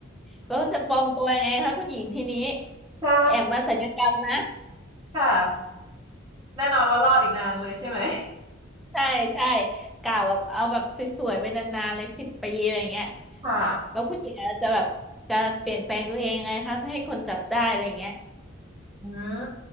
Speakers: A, in the centre; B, on the right (about 25°).
A: แล้วจะปลอมตัวยังไงคะคุณหญิงทีนี้
B: ใช่
A: แอมมาศัลยกรรมนะ
B: ค่ะแน่นอนว่ารอดอีกนานเลยใช่ไหม
A: ใช่ใช่กล่าวแบบเอาแบบสวยๆไปนานๆเลยสิบปีอะไรเงี้ย
B: ค่ะ
A: แล้วคุณหญิงอาจจะแบบจะเปลี่ยนแปลงตัวเองยังไงคะไม่ให้คนจับได้อะไรเงี้ย
B: อืม